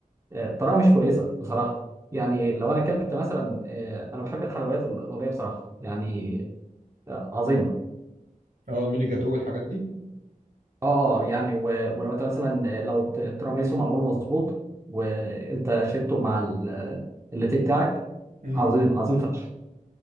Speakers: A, on the right (about 20°); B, on the right (about 70°).
A: آه، طريقه مش كويسه بصراحه يعني لو انا اكلت مثلا آه، انا بحب الحلويات الايطاليه بصراحه يعني آه، عظيمه
B: اه الميني جاتو والحاجات دي
A: اه اه يعني و- ولو انت مثلا آه، لو ت- تيراميسو معمول مظبوط وانت شربته مع ال- آه، اللاتيه بتاعك
B: امم
A: عظيم عظيم فشخ